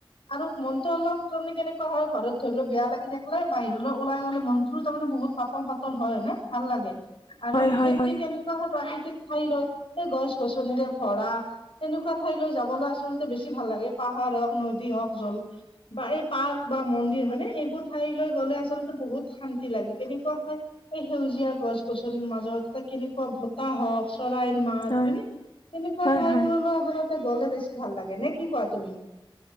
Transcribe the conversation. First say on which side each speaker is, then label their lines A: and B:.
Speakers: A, on the left; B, on the left.
A: আৰু মনটো অলপ তৰনে কেনেকুৱা হয়, ঘৰত ধৰলও বেয়া লাগি থাকিলে বাহিৰলৈ অলাই গ'লে মন তাৰ মানে বহুত পাতল-পাতল হয়নে? ভাল লাগে। আৰু
B: হয়
A: বিশেষকে
B: হয় হয়
A: কেনে পহা প্ৰাকৃতিক ঠাই লয়, এই গছ-গছনিৰে ভৰা। তেনেকুৱা ঠাইলৈ যাবলৈ আচলতে বেছি ভাল লাগে। পাহাৰ হওক, নদী হওক জল বা, এই পাৰ্ক বা মন্দিৰ হয়নে? এইবোৰ ঠাইলৈ গ'লে আচলতে বহুত শান্তি লাগে, কেনেকুৱা হয় এই সেউজীয়া গছ-গছনিৰ মাজত এটা কেনেকুৱা বতাহ হওক। চৰাইৰ মাত
B: হয়
A: হয়নে? তেনেকুৱা
B: হয়
A: ঠাই
B: হয়
A: বোৰলৈ আচলত তে গ'লে বেছি ভাল লাগে নে কি কোৱা তুমি?